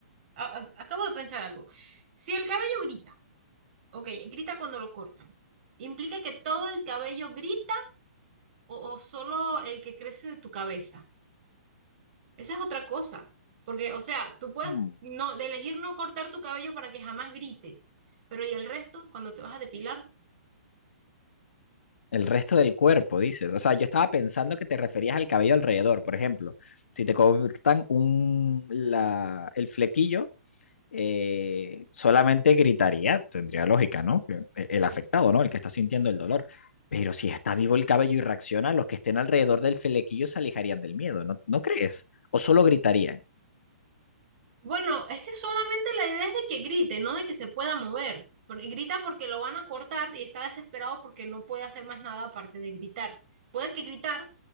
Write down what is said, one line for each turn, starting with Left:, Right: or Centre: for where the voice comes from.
Right: A- a- acabo de pensar algo. Si el cabello grita, ok, grita cuando lo cortan, ¿implica que todo el cabello grita o, o solo el que crece de tu cabeza? Esa es otra cosa, porque, o sea, tú puedes
Left: Mm.
Right: no, de elegir no cortar tu cabello para que jamás grite, pero ¿y el resto cuando te vas a depilar?
Left: El resto del cuerpo, dices. O sea, yo estaba pensando que te referías al cabello alrededor. Por ejemplo, si te cortan un, la, el flequillo, eh, solamente gritaría, tendría lógica, ¿no? Que e- el afectado, ¿no? El que está sintiendo el dolor. Pero si está vivo el cabello y reacciona, los que estén alrededor del flequillo se alejarían del miedo, ¿no, no crees? O solo gritarían.
Right: Bueno, es que solamente la idea es de que grite, no de que se pueda mover. Porque grita porque lo van a cortar y está desesperado porque no puede hacer más nada aparte de gritar. Puede que gritar